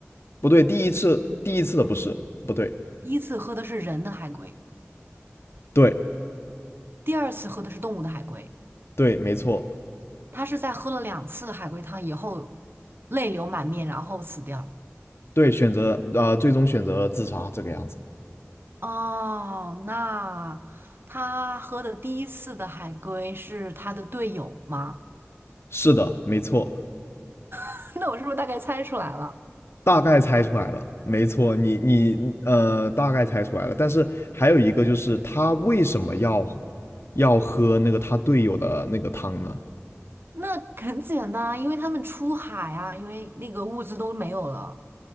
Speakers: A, on the left; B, on the right.
A: 不对，第一次第一次的不是，不对，
B: 第一次喝的是人的海龟，
A: 对
B: 第二次喝的是动物的海龟。
A: 对，没错，
B: 他是在喝了两次海龟汤以后，泪流满面，然后死掉。
A: 对，选择啊、呃最终选择了自杀这个样子。
B: 哦，那他喝的第一次的海龟是他的队友吗？
A: 是的，没错，
B: <laughs> 那我是不是大概猜出来了？
A: 大概猜出来了，没错，你你呃，大概猜出来了。但是还有一个就是他为什么要要喝那个他队友的那个汤呢？
B: 那很简单啊，因为他们出海啊，因为那个物资都没有了。